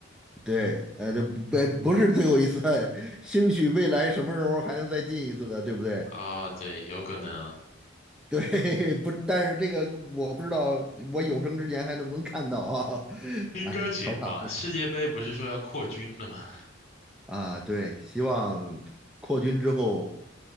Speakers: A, in the centre; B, on the left.
A: 对，呃，这不不是最后一次，<laughs> 兴许未来什么时候还能再进一次的，对不对？
B: 啊，对，有可能啊，
A: 对，<laughs> 不，但是这个我不知道，我有生之年还能不能看到啊？<laughs>
B: 应该行吧？
A: 哎，调侃为
B: 世界杯不是说要扩军了吗？<laughs>
A: 啊，对，希望扩军之后，